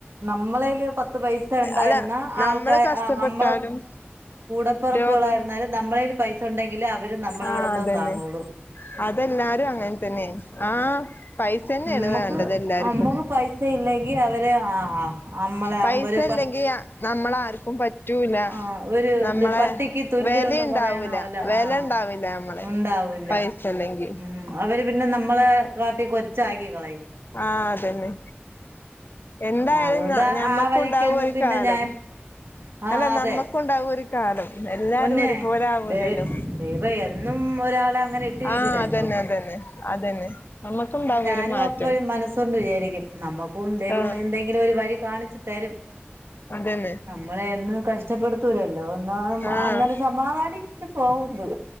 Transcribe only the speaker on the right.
നമ്മളേല് പത്ത് പൈസഇണ്ടായിരുന്ന
ആൾക്കാര്
നമ്മള് കൂടപ്പിറപ്പുകളായിരുന്നാലും
നമ്മളേല് പൈസ ഉണ്ടെങ്കിലെ അവരും നമ്മളോടൊപ്പം
കാണോളു
നമ്മക്ക്
നമ്മക്ക് പൈസ ഇല്ലെങ്കിൽ അവര് ആഹ് ആഹ് അമ്മളെ
ഇവര് പ
ആഹ് ഒരു
ഇത് പട്ടിക്ക് തുല്യംന്ന്
പറയണ പോലെ
ആഹ്
ഉണ്ടാവൂല്ല
ഉം അവര് പിന്നെ നമ്മളെ കാട്ടി കൊച്ചാക്കി കളയും
അതുകൊണ്ട്
ആ വഴിക്കൊന്നും
പിന്നെ
ഞാൻ ആഹ്
അതെ
പൊന്നെ
ദേ ദേ <unintelligible> പ്പൊ എന്നും ഒരാളെ അങ്ങനെ ഇട്ടിരിക്കുല്ലല്ലോ
ആഹ് ഞാനും
അപ്പഴ്‌ മനസ് സോണ്ട് വിചാരിക്കും നമ്മുക്കും ദൈവം
എന്തെങ്കിലും ഒരു വഴി കാണിച്ചു തരും
നമ്മളെയെന്നും കഷ്ടപ്പെടുത്തൂല ല്ലോ ലോന്നാ ന്നാ
അങ്ങനെ സമാധാനിച്ച് പോകുന്ന്.